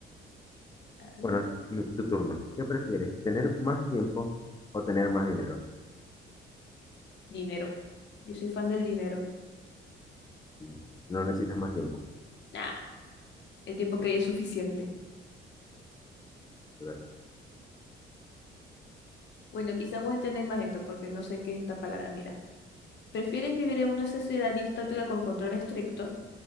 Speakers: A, on the left; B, on the left.
A: claro.
B: Bueno, mi- tu turno. ¿Qué prefieres? ¿Tener más tiempo o tener más dinero?
A: Dinero. Yo soy fan del dinero.
B: Mm, No necesitas más tiempo.
A: Nah, el tiempo
B: Sí,
A: que
B: de
A: hay es suficiente.
B: verdad.
A: Bueno, quizá vos entendáis más esto, porque no sé qué es esta palabra. Mira, ¿prefieres vivir en una sociedad distópica con control estricto